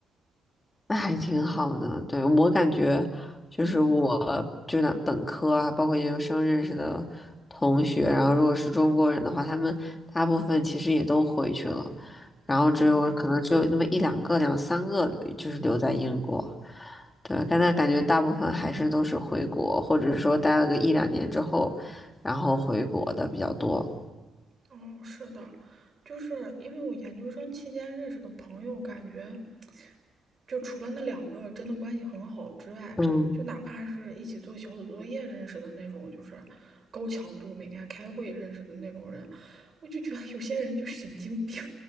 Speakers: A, on the left; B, on the right.
A: 那还挺好的。对，我感觉就是我就那本科啊，
B: 嗯
A: 包括研究生认识的同学，然后如果是中国人的话，他们大部分其实也都回去了，然后只有可能只有那么一两个、
B: 嗯，
A: 两三个就是留在英国。对，但那感觉大部分还是都是回国，或者是说待了个一两年之后，然后回国的比较多。
B: 哦，是的，就是因为我研究生期间认识的朋友，感觉就除了那两个真的关系很好之外，
A: 嗯
B: 就哪怕是一起做小组作业认识的那种，就是高强度每天开会认识的那种人，我就觉得有些人就神经病，